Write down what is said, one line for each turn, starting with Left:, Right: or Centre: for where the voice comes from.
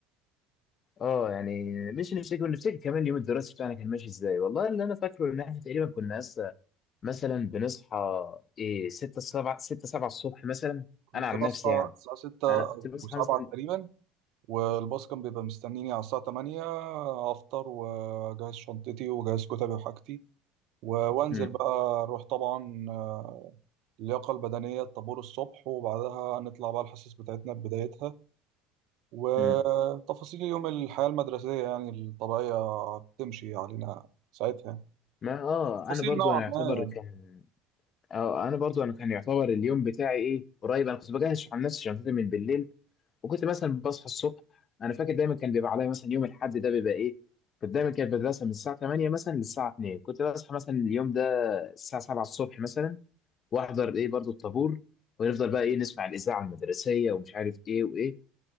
Left: اه يعني مش نفتكر ونفتكر كمان اليوم الدراسي بتاعنا كان ماشي ازاي والله اللي انا فاكره ان احنا تقريبا كنا لسه مثلا بنصحى ايه 6 7 6 7 الصبح مثلا
Right: كنت
Left: انا عن
Right: بصحى
Left: نفسي يعني
Right: الساعة 6
Left: انا كنت
Right: أو
Left: بصحى
Right: 7
Left: مثلا
Right: تقريبا والباص كان بيبقى مستنيني على الساعة 8 أفطر وأجهز شنطتي وأجهز كتبي وحاجتي و- وأنزل
Left: امم
Right: بقى أروح طبعا آه، اللياقة البدنية الطابور الصبح وبعدها نطلع بقى الحصص بتاعتنا بدايتها وتفاصيل
Left: امم
Right: يوم الحياة المدرسية يعني الطبيعية بتمشي علينا ساعتها
Left: ما اه
Right: تفاصيل
Left: انا برضو
Right: نوعا
Left: انا يعتبر
Right: ما
Left: كان اه انا برضو انا كان يعتبر اليوم بتاعي ايه قريب انا كنت بجهز عن نفسي شنطتي من بالليل وكنت مثلا بصحى الصبح انا فاكر دايما كان بيبقى عليا مثلا يوم الاحد ده بيبقى ايه كنت دايما كانت المدرسه من الساعه 8 مثلا للساعه 2 كنت بصحى مثلا اليوم ده الساعه 7 الصبح مثلا واحضر ايه برضو الطابور ونفضل بقى ايه نسمع الاذاعه المدرسيه ومش عارف ايه وايه